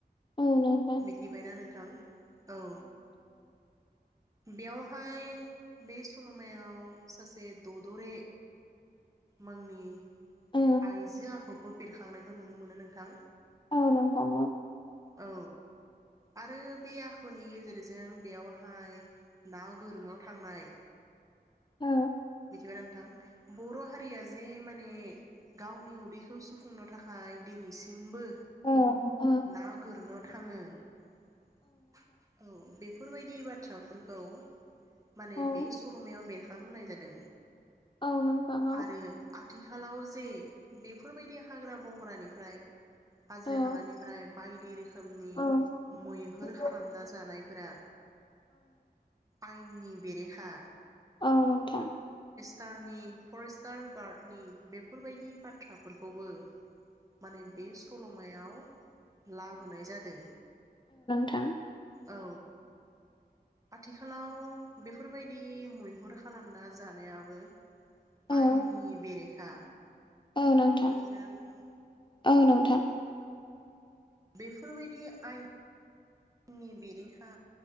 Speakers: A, on the left; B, on the right.
A: औ नोंथां
B: मिथिबायना नोंथां औ। बेयावहाय बे सल'मायाव सासे ददरे मोंनि
A: औ
B: आइजो आखुखौ बेरखांनायखौ नुनो मोनो नोंथां
A: औ नोंथां औ
B: औ आरो बे आखुनि गेजेरजों बेयावहाय ना गोरोनाव थांनाय
A: औ
B: मिथिगौना नोंथां बर' हारिया जे माने गावनि उदैखौ सुफुंनो थाखाय दिनैसिमबो
A: औ औ
B: ना गोरनो थाङो औ। बेफोरबायदि बाथ्राफोरखौ माने
A: औ
B: बे सल'मायाव बेरखां होनाय जादों
A: औ नोंथां औ नोंथां औ नोंथां औ नोंथां
B: आरो आथिखालाव जे बेफोरबायदि हाग्रा बंग्रानिफ्राय हाजो
A: औ
B: हालानिफ्राय बाय दि रोखो मनि
A: औ
B: मैहुर खालामना
A: नोंथां
B: जानायफोरा आइ नि बेरेखा
A: औ नोंथां।
B: टारनि फरेस्टार गार्डनि बेफोरबायदि बाथ्राफोरखौबो माने बे सल'मायाव लाबोनाय जादों।
A: नोंथां
B: औ आथिखालाव बेफोरबायदि मैहुर खालामना जानायाबो आयेननि
A: औ
B: बेरेखा
A: औ नोंथां
B: मिथिबायना नोंथां
A: औ नोंथां।
B: बेफोरबायदि आयेन नि बेरेखा